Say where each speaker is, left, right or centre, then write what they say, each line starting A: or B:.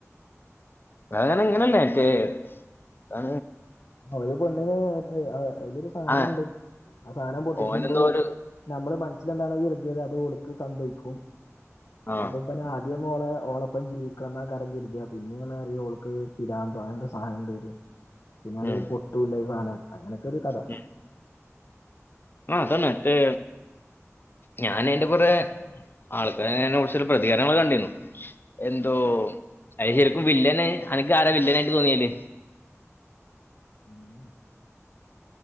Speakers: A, on the left; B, on the left.
A: അതായത് അങനെ എല്ല റ്റേ ആ
B: ഒരു പെണ്ണിന് ഉഹ് അതിലൊരു സാധനുണ്ട്
A: ആ
B: ആ സാധനം പൊട്ടിച്ചുമ്പോ
A: ഓനെന്തോ ഒരു
B: നമ്മുടെ മനസിൽ എന്താണോ കരുതിയത് അത് ഒളുക്ക് സംഭവിക്കും
A: ആ
B: അപ്പൊ തിഓളെ ഓളൊപ്പം ജീവിക്ക എന്ന കരം കരുതിയ പിന്നെങ്ങനെ ഓൾക്ക് പിരാന്ത് അങ്ങനെന്തൊരു സാധനണ്ടര്. പിന്നെ അത്
A: ഉം
B: പൊട്ടൂല്ല സാനം അങ്ങനെയൊക്കെ ഒരു കഥ.
A: ഉം ആ അതാനെ മറ്റേ ഞാൻ അയിന്റെ കുറെ ആൾക്കാരെ അയിന്റെ കുറിച് പ്രതികരണങ്ങൾ കണ്ടിരുന്നു. എന്തോ അ ശരിക്കും വില്ലൻ അനക്ക് ആരാ വില്ലനായിട്ട് തോന്നിയല്?
B: ഉം.